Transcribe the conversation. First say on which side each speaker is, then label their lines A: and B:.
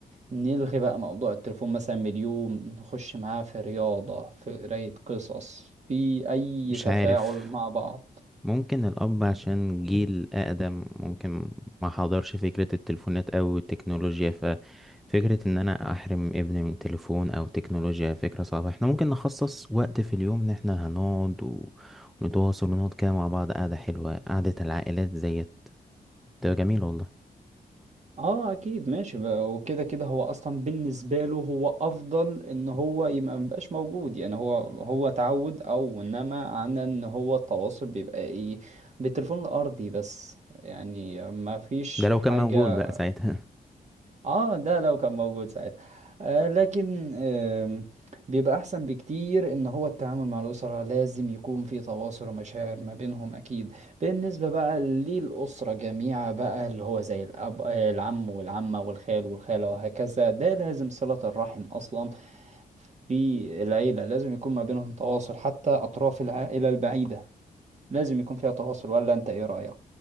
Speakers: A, on the right (about 45°); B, in the centre.
A: نلغي بقى موضوع التليفون مثلا من اليوم نخش معاه في رياضة في قراية قصص في أي
B: مش
A: تفاعل
B: عارف
A: مع بعض
B: ممكن الأب عشان جيل أقدم ممكن ما حضرش فكرة التليفونات أو التكنولوجيا ففكرة إن أنا أحرم ابني من تليفون أو تكنولوجيا فكرة صعبة احنا ممكن نخصص وقت في اليوم إن احنا هنقعد و- ونتواصل ونقعد كده مع بعض قعدة حلوة قعدة العائلات زيت تبقى جميلة والله
A: اه اكيد ماشي بقى وكده كده هو اصلا بالنسبه له هو افضل ان هو يبقى مبقاش موجود يعني هو هو اتعود او انما عن ان هو التواصل بيبقى ايه بالتليفون الارضي بس يعني ما فيش
B: ده لو
A: حاجه
B: كان موجود بقى ساعتها
A: اه ده لو كان موجود ساعتها آه لكن آم، بيبقى احسن بكتير ان هو التعامل مع الاسره لازم يكون في تواصل ومشاعر ما بينهم اكيد بالنسبه بقى للاسره جميعا بقى اللي هو زي الاب آه، العم والعمه والخال والخاله وهكذا ده لازم صله الرحم اصلا في العيله لازم يكون ما بينهم تواصل حتى اطراف العائله البعيده لازم يكون فيها تواصل ولا انت ايه رايك